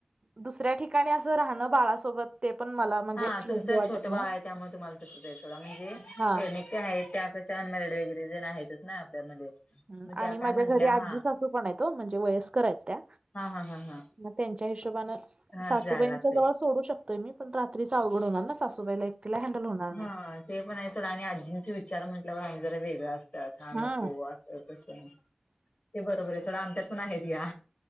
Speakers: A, on the right; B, on the left.
A: दुसऱ्या ठिकाणी असं राहणं बाळासोबत ते पण मला म्हणजे
B: हा
A: योग्य
B: तुमचं
A: वाटत
B: छोटं
A: नाही
B: बाळ
A: हो.
B: आहे त्यामुळे तुम्हाला तसंच आहे सोडा म्हणजे
A: हा
B: ते आहेत त्या <inaudible> वगैरे जण आहेतच ना आपल्यामध्ये
A: हं
B: मग त्या
A: आणि माझ्या
B: काय म्हंटल्या
A: घरी
B: हा
A: आजी सासू पण आहेत ओ म्हणजे वयस्कर आहेत त्या
B: हा हा हा हा
A: मग त्यांच्या हिशोबनें
B: हा
A: सासूबाईंच्या
B: जायला लागतय.
A: जवळ सोडू शकतोय मी पण रात्री सावड होणार ना सासूबाईलाकडे हँडल होणार
B: हा
A: नाही.
B: ते पण आहे सोडं आणि आजींचे विचार म्हटल्यावर आम् जरा वेगळां असत <inaudible> नको
A: हां
B: अस तसं ते बरोबर आहे सोडा आमच्यात पण आहेत घ्या